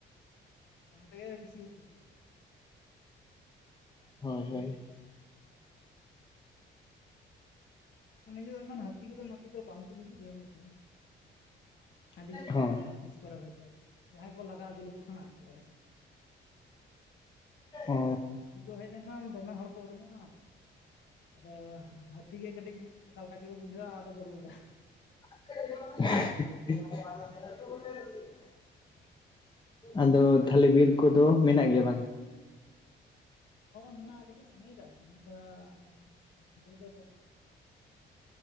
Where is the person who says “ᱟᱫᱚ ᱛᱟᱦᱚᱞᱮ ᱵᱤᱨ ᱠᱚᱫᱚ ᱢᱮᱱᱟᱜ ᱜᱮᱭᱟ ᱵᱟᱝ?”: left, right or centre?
Left